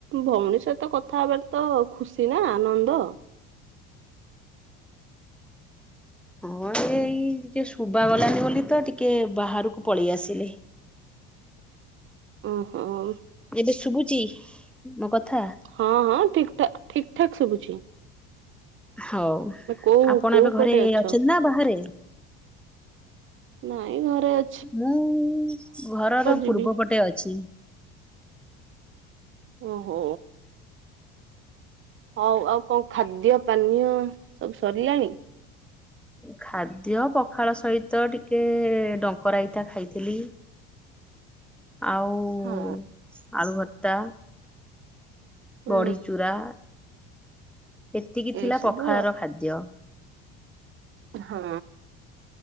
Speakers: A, on the right; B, in the centre.
A: ଭଉଣୀ ସହିତ କଥା ହବାଟା ତ ଖୁସି ନା ଆନନ୍ଦ।
B: ହଁ ଏଇ ଟିକେ ଶୁବା ଗଲାନି ବୋଲି ତ ଟିକେ ବାହାରକୁ ପଳେଇ ଆସିଲି।
A: ଓହୋଉ।
B: ଏବେ ଶୁଭୁଚି ମୋ କଥା?
A: ହଁ ହଁ ଠିକଠା ଠିକ ଠାକ୍ ସୁବୁଛି।
B: ହଉ
A: କୋଉ
B: ଆପଣ
A: କୋଉ
B: ଏବେ ଘରେ
A: ପଟେ ଅଛ
B: ଅଛନ୍ତି ନା ବାହାରେ?
A: ନାଇଁ ଘରେ ଅ
B: ମୁଁ ଘରର
A: ଯିବି
B: ପୂର୍ବ ପଟେ ଅଛି।
A: ଓହୋ। ହଉ ଆଉ କଣ ଖାଦ୍ୟ ପାନୀୟ ସବୁ ସରିଲାଣି?
B: ଖାଦ୍ୟ ପଖାଳ ସହିତ ଟିକେ ଡଙ୍କରାଇତା ଖାଇଥିଲି। ଆଉ ଓ
A: ହଁ
B: ଆଳୁ ଭର୍ତ୍ତା
A: ହୁଁ।
B: ବଡ଼ି ଚୂୁରା। ଏତିକି ଥିଲା
A: ଏଇ ସବୁ
B: ପଖାଳର ଖାଦ୍ୟ।
A: ହୁଁ।